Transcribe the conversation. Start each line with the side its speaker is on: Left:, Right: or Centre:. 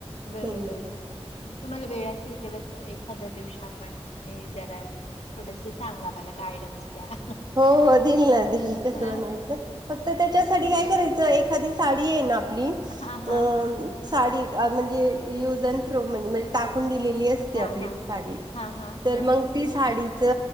Left: बरोबर
Right: मेन म्हणजे
Left: तुम्हाला वेळ असेल तेव्हाच एक खाद्या दिवशी आपण हे जरा थोडस सांगा मला गायडन्स द्या.
Right: हो हो दिल ना दिल कस
Left: हा
Right: बनवायचं फक्त त्याच्यासाठी काय करायचं एखादी साडी आहे ना आप ली
Left: हा
Right: अ
Left: हा
Right: साडी अ म्हणजे युज अँड थ्रो म्हण म्हणजे टाकून दिलेली असते
Left: हा
Right: आपली
Left: हा
Right: साडी
Left: हां, हां,
Right: तर
Left: हां,
Right: मग ती साडी त